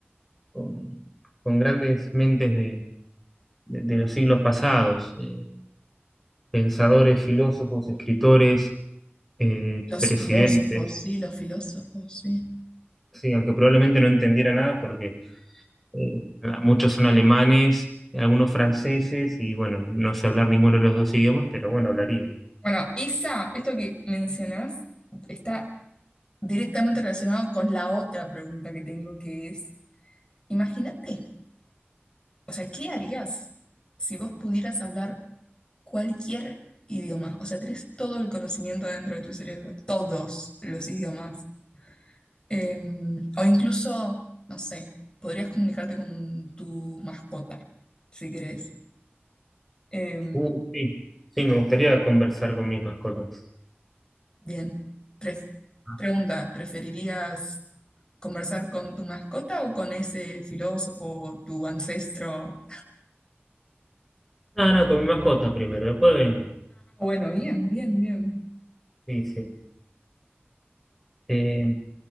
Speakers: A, in the centre; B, on the left (about 20°).
A: con, con grandes mentes de, de- de los siglos pasados, eh, pensadores, filósofos, escritores, eh,
B: Los
A: presidentes,
B: filósofos, sí, los filósofos, sí.
A: sí, aunque probablemente no entendiera nada porque eh, muchos son alemanes, algunos franceses y bueno, no sé hablar ninguno de los dos idiomas, pero bueno, hablaría.
B: Bueno, esa, esto que mencionás, está directamente relacionado con la otra pregunta que tengo, que es, imagínate, o sea, ¿qué harías si vos pudieras hablar cualquier idioma? O sea, tenés todo el conocimiento dentro de tu cerebro, todos los idiomas. Eh, o incluso, no sé, podrías comunicarte con tu mascota, si querés. Em,
A: Uh, sí, sí, me gustaría conversar con mis mascotas.
B: Bien. Pref-
A: Ah,
B: pregunta, ¿preferirías conversar con tu mascota o con ese filósofo o tu ancestro?
A: No, no, con mi mascota primero, después vemos.
B: Ah, Bueno, bien, bien, bien.
A: Sí, sí. Eh,